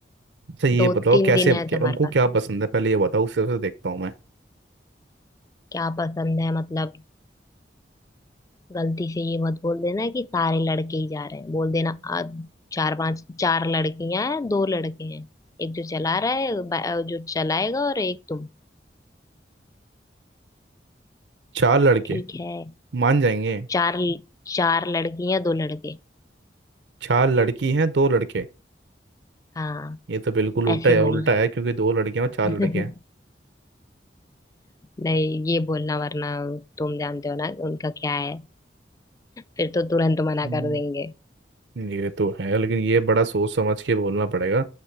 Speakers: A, on the right (about 85°); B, on the left (about 20°).
A: अच्छा ये
B: दो
A: बताओ
B: तीन
A: कैसे
B: दिन है
A: क्या,
B: तुम्हारे
A: उनको
B: पास
A: क्या पसंद है पहले ये बताओ उस हिसाब से देखता हूँ
B: क्या पसंद है मतलब गलती से ये मत बोल देना कि सारे लड़के ही जा रहे हैं बोल देना आ, चार पांच चार लड़कियां हैं दो लड़के हैं एक जो चला रहा है बा- जो चलाएगा और एक तुम
A: चार लड़के
B: ठीक है
A: मान जाएंगे
B: चार चार लड़कियां दो लड़के
A: चार लड़की हैं दो लड़के
B: हाँ
A: ये तो बिल्कुल उल्टा
B: ऐसे
A: है
B: बोलना
A: उल्टा है क्योंकि दो लड़कियां और चार
B: <laughs>
A: लड़के हैं
B: नहीं ये बोलना वरना तुम जानते हो ना उनका क्या है फिर तो तुरंत मना
A: हम्म,
B: कर देंगे
A: ये तो है लेकिन ये बड़ा सोच समझ के बोलना पड़ेगा